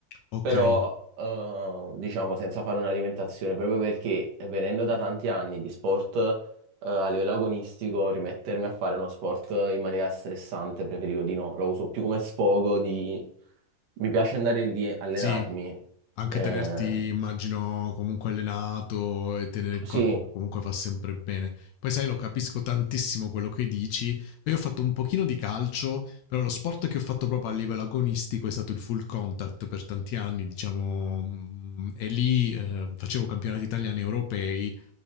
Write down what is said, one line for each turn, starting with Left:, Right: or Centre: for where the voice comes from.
Left: okay,
Right: però eh, diciamo senza fare una diventazione, proprio perché venendo da tanti anni di sport eh, a livello agonistico, rimettermi a fare uno sport in maniera stressante preferivo di no, lo uso più come sfogo di... Mi piace andare lì e allenarmi.
Left: sì. Anche
Right: Eh,
Left: tenerti immagino comunque allenato e tenere il
Right: sì,
Left: corpo che comunque fa sempre bene. Poi sai lo capisco tantissimo quello che dici. Io ho fatto un pochino di calcio, però lo sport che ho fatto proprio a livello agonistico è stato il full contact per tanti anni, diciamo, mhmm, e lì, ehm, facevo campionati italiani, e europei